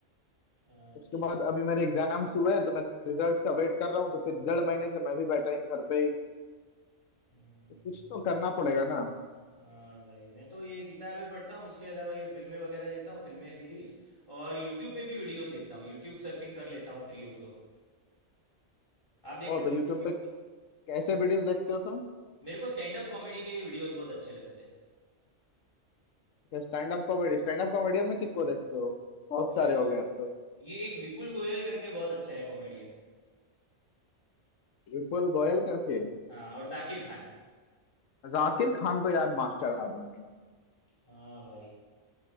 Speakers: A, on the left; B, on the left.
A: अच्छा
B: उसके बाद अभी मेरे एग्जाम्स हुए हैं तो मैं रिजल्ट्स का वेट कर रहा हूँ तो फिर डेढ़ महीने से मैं भी बैठा ही घर पे ही
A: हम्म,
B: तो कुछ तो करना पड़ेगा ना
A: हाँ भाई मैं तो ये किताबें पढ़ता हूँ उसके अलावा ये फिल्में वगैरह देखता हूँ फिल्में सीरीज और यूट्यूब पे भी वीडियोस देखता हूँ यूट्यूब सर्फिंग कर लेता हूँ फ्री हो तो आप देखते
B: ओ
A: हो
B: तो यूट्यूब
A: कुछ यूट्यूब
B: पे
A: पे
B: कैसे वीडियोस देखते हो तुम
A: मेरे को स्टैंड अप कॉमेडी के वीडियोस बहुत अच्छे लगते हैं
B: Stand up comedy stand up comedian में किसको देखते हो बहुत
A: ये
B: सारे हो गए अब तो
A: ये एक विपुल गोयल करके बहुत अच्छा है कॉमेडियन
B: विपुल गोयल करके
A: हाँ और जाकिर खान
B: जाकिर खान तो यार मास्टर आदमी है
A: हाँ भाई